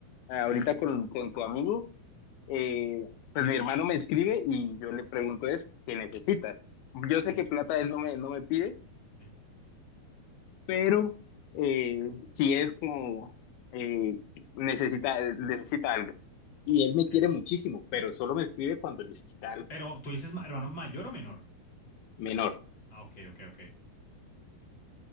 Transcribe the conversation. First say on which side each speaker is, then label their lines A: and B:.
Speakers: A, on the left (about 75°); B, on the left (about 30°).
A: ahorita con, con tu amigo, eh, pues mi hermano me escribe y yo le pregunto es, ¿qué necesitas? Yo sé
B: Sí,
A: que plata él no me, no me pide
B: sí,
A: pero eh, sí es como eh, necesita, necesita algo. Y él
B: ok.
A: me quiere muchísimo, pero solo me escribe cuando necesita algo
B: Pero tú dices, ma- hermano, mayor o menor.
A: menor.
B: Ah, ok, ok, ok.